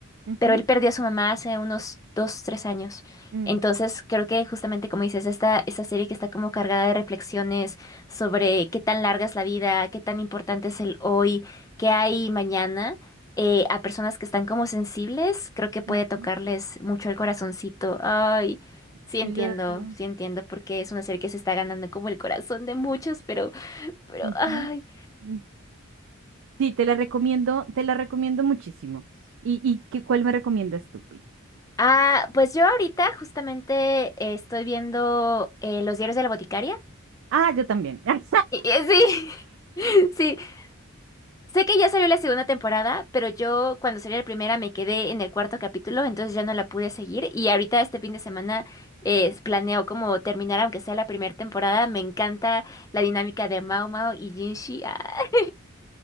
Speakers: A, on the right; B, on the left.
A: Ujú,
B: pero él perdió a su mamá hace unos dos, tres años.
A: mm.
B: Entonces, creo que justamente como dices, esta, esta serie que está como cargada de reflexiones sobre qué tan larga es la vida, qué tan importante es el hoy, qué hay mañana, eh, a personas que están como sensibles, creo que puede
A: Ujú,
B: tocarles mucho el corazoncito. Ay, sí
A: Claro.
B: entiendo, sí entiendo, porque es una serie que se está ganando como el corazón de muchos, pero, pero,
A: ujú,
B: ay.
A: mm. Sí, te la recomiendo, te la recomiendo muchísimo. ¿Y, y qué, cuál me recomiendas tú, Pili?
B: Ah, pues yo ahorita justamente eh, estoy viendo eh, Los diarios de la boticaria.
A: Ah, yo también. <laughs> ¡Ay,
B: Y- y- Sí, <laughs> sí. Sé que ya salió la segunda temporada, pero yo cuando salió la primera me quedé en el cuarto capítulo, entonces ya no la pude seguir. Y ahorita este fin de semana eh, planeo como terminar, aunque sea la primera temporada. Me encanta la dinámica de Mao Mao y Jinshi. Ah. <laughs>